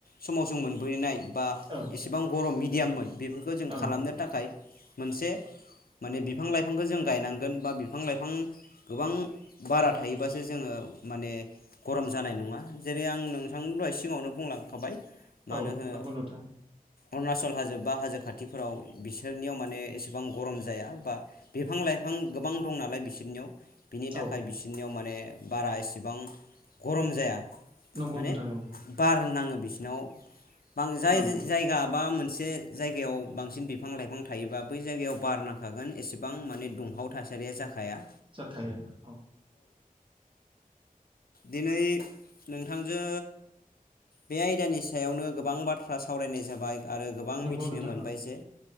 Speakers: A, on the left; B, on the right.
A: समाव जों मोन बैनाय बा
B: ओं
A: एसेबां बर' मिडियाममोन बेफोरखौ जों
B: ओं
A: खालामनो थाखाय मोनसे माने बिफां लाइफांखौ जों गायनांगोन बा बिफां लाइफां गोबां बारा थायोबासो जोङो माने गरम जानाय नङा जेरै आं नोंथांनि दहाय सिगाङावनो बुंलांखाबाय मानो
B: औ
A: हो
B: नंगौ नोंथां।
A: अरुणाचल हाजो बा हाजो खाथिफोराव बिसोरनियाव माने एसेबां गरम जाया बा बिफां लाइफां आं गोबां दं नालाय बिसोरनियाव बिनि थाखाय
B: औ
A: बिसोरनियाव माने बारा एसेबां गरम जाया।
B: नंगौ
A: माने
B: नोंथां नंगौ
A: बार नाङो बिसिनाव बां जाय
B: नंगौ
A: जायगा बा मोन मोनसे जायगायाव बांसिन बिफां लाइफां थायोबा बै जायगायाव बार नांखागोन एसेबां माने दुंहाव थासा रिया जाखाया
B: जाखाया औ
A: दिनै नोंथांजो बे आयदानि सायावनो गोबां बाथ्रा सावरायनाय जाबाय आरो गोबां
B: नंगौ
A: मिथिनो
B: नोंथां
A: मोनबाय
B: ओं
A: जे